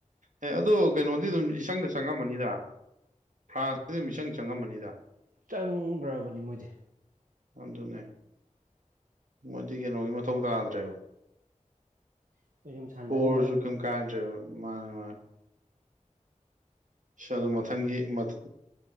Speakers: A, on the right; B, on the right.
A: ꯑꯦ ꯑꯗꯨꯣ ꯀꯩꯅꯣꯗꯤ ꯑꯗꯨꯝ ꯏꯁꯪꯗ ꯆꯪꯉꯝꯃꯅꯤꯗ꯫ ꯐ꯭ꯔꯥꯟꯁꯇꯗꯤ ꯃꯤꯆꯪ ꯆꯪꯉꯝꯃꯅꯤꯗ꯫
B: ꯆꯪꯈ꯭ꯔꯕꯅꯤ ꯃꯣꯏꯗꯤ꯫
A: ꯑꯗꯨꯟꯅꯦ꯫ ꯃꯗꯤ ꯀꯩꯅꯣꯒꯤ ꯃꯊꯧ ꯇꯥꯗ꯭ꯔꯦꯕ꯫
B: ꯑꯩꯈꯣꯏ ꯁꯨꯝ ꯁꯥꯟꯅꯔꯤꯕ
A: ꯄꯣꯔꯁꯨ
B: ꯍꯥꯏꯗꯨꯅꯤ꯫
A: ꯀꯩꯝ ꯃꯥꯅꯦ ꯃꯥꯅꯦ꯫ ꯑꯗꯣ ꯃꯊꯪꯒꯤ ꯃꯊ